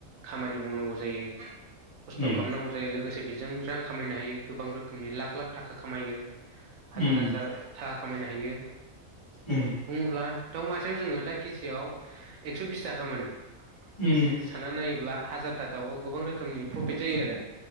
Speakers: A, on the right; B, on the left.
A: खामानि मावनांगौ जायो।
B: उम
A: खस्थ' खालामनांगौ जायो लोगोसे बेजों रां खामायनो हायो गोबां रोखोमनि लाख लाख थाखा खामायो। हाजार
B: उम
A: हाजार थाखा खामायनो हायो
B: उम
A: बुङोब्ला दाव मास सेयाव जोङो दा केजिसेयाव एकस बिसथाखा मोनो।
B: उम
A: बेजों सानना नायोब्ला हाज जारथा दाउआव गोबां रोखोमनि प्रफिट जायो आरो।